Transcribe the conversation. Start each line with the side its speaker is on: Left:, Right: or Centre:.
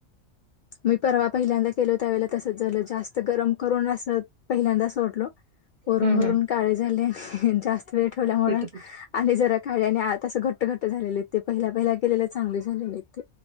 Left: मी परवा पहिल्यांदा केलो, त्यावेेळेला तसच झालं, जास्त गरम करून असं पहिल्यांदा सोडलो, वरून-वरून
Right: हम्म हम्म
Left: काळे झाले, जास्त वेळ ठेवल्यामुळे.
Right: पीठ पीठ
Left: आले जरा काळे, णि आत असं घट्ट-घट्ट झालेले, ते पहिल्या-पहिल्या केलेले, चांगले झालेले. त,